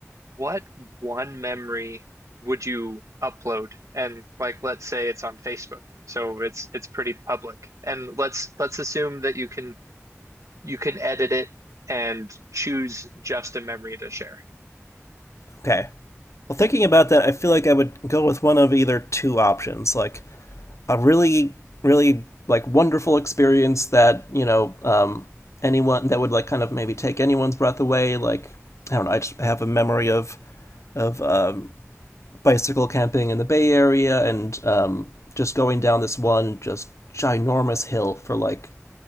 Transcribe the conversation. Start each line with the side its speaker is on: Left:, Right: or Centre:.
Right: What one memory would you upload? And like, let's say it's on Facebook, so it's it's pretty public. And let's let's assume that you can you can edit it and choose just a memory to share.
Left: Okay. Well, thinking about that, I feel like I would go with one of either two options, like a really, really like wonderful experience that, you know, um, anyone that would like kind of maybe take anyone's breath away. Like, I don't know, I just have a memory of of um, bicycle camping in the Bay Area and um, just going down this one just ginormous hill for like